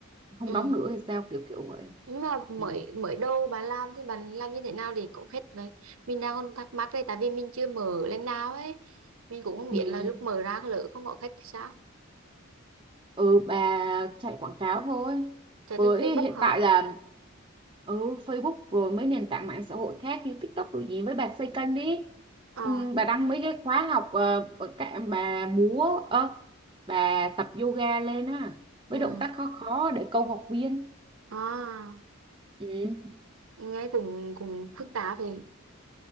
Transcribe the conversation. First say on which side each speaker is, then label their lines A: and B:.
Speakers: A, on the right; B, on the right.
A: không
B: Ừ.
A: đóng nữa thì sao kiểu kiểu vậy
B: nhưng mà mới
A: ừ.
B: mới đầu bà làm thì bà làm như thế nào để có khách đấy mình đang còn thắc mắc đây tại vì mình chưa mở lên nào ấy mình cũng không biết
A: Ừ.
B: là lúc mở ra lỡ không có khách thì sao
A: ừ bà chạy quảng cáo thôi
B: chạy
A: với
B: trên Facebook
A: hiện
B: hả
A: tại là ừ Facebook rồi mấy nền tảng mạng xã hội khác như TikTok đồ gì với bà xây kênh đi
B: ờ
A: ừ, bà đăng mấy cái khóa học ờ, bà, cả- bà múa ơ bà tập yoga lên á mấy
B: ừ
A: động tác khó khó để câu học viên
B: à
A: ừ.
B: nghe cũng cũng phức tạp vậy,